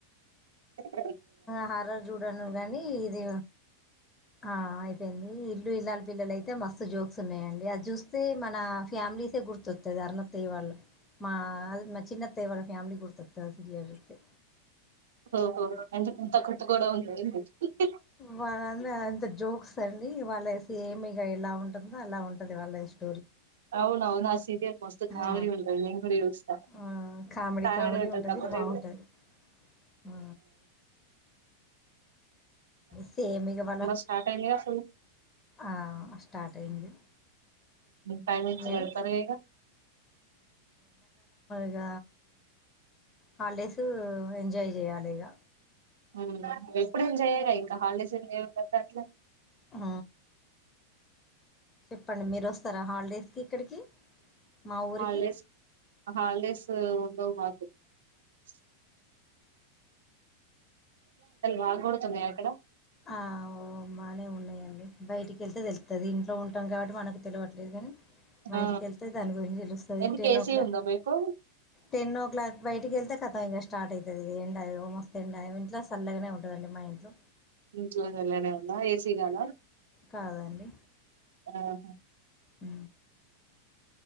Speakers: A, on the right (about 60°); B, on the left (about 20°).
A: <unintelligible>
B: హరర్ చూడను కానీ ఇది ఆ అయిపోయింది ఇల్లు ఇల్లాలు పిల్లలు అయితే మస్తు జోక్స్ ఉన్నాయండి అది చూస్తే మన ఫ్యామిలీసే గుర్తొత్తది అరునత్తయ్య వాళ్ళ మా మా చిన్నత్తయ్య వాళ్ళ ఫ్యామిలీ గుర్తొత్తది సీరియల్ చూ్తే
A: ఓహో ఎందుకంత కుట్కోడ ఉ <unintelligible>
B: వాళ్ళ అంత అంత జోక్స్ అండి వాళ్లు వే సేమ్ ఇగ ఎలా ఉంటుందో అలా ఉంటది వాళ్ళ ఇష్టం
A: అవునువును ఆ సీరియల్ మస్త్ కామెడీ
B: ఆ
A: ఉంటది నేను కూడా చూస్త
B: ఆ కామెడీ
A: కామేడి
B: కామెడీ
A: <unintelligible> ఉంటపోతే
B: ఉంటది బాగుంటది ఆ సేమ్ ఇగ ఇవాళ
A: స్టార్ట్ అయిందిగా అసలు
B: ఆ స్టార్ట్ అయింది
A: టైమింగ్స్
B: ఎ
A: పెడతరు గా ఇక
B: ఇక హాలిడేస్ ఎంజాయ్ చేయాలి ఇక
A: ఉ ఎప్పుడు ఎంజాయి చేయరా ఇంక <unintelligible> హాలిడెస్ం <unintelligible>
B: హ చెప్పండి మీరు వస్తారా హాలిడేస్కి ఇక్కడికి మా ఊరికి
A: హాలిడేస్ హాలిడేస్ మాదు <unintelligible> <unintelligible> బాగా కొడుతున్నాయి అక్కడ
B: ఆ బాగానే ఉన్నాయండి బయటికి వెళ్తే తెలుతది ఇంట్లో ఉంటాం కాబట్టి మనకు తెలవట్లేదు కాని బయటికి
A: ఆ
B: వెళ్తే దాని గురించి తెలుస్తది
A: ఎందుకు
B: టెన్
A: ఏసీ
B: ఓ క్లాక్
A: ఉందా మీకు
B: టెన్ ఓ క్లాక్ బయటికి వెళ్తే కత ఇంక స్టార్ట్ అయితది ఎండ ఓ మస్తు ఎండా ఇంట్లో సల్లగానే ఉంటదండి మా ఇంట్లో
A: చూల్యానే <unintelligible> నో ఏ సి గాలా
B: కాదండి
A: ఆహా
B: ఆ